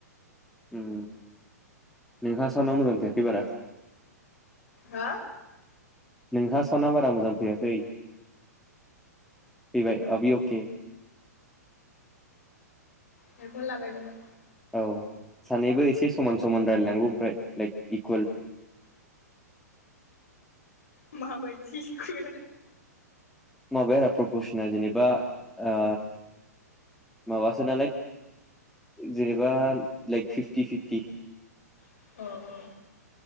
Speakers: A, in the centre; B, on the left.
A: ओम नोंहा सानाव मोजां थायाखै बारा
B: हा
A: नोंहा सावनदा बारा मोजां फैयाखै फैबाय आभि अ के
B: बेखौनो लागायदोंमोन
A: औ सानैबो एसे समान समान रायलायलांगौ ओमफ्राय लाइक इकुवेल
B: माबायदि इकुइवेल
A: माबाया आरो प्रपसना जेनेबा ओ माबासो नालाय जेनेबा लाइक फिफ्टि फिफ्टि
B: अ अ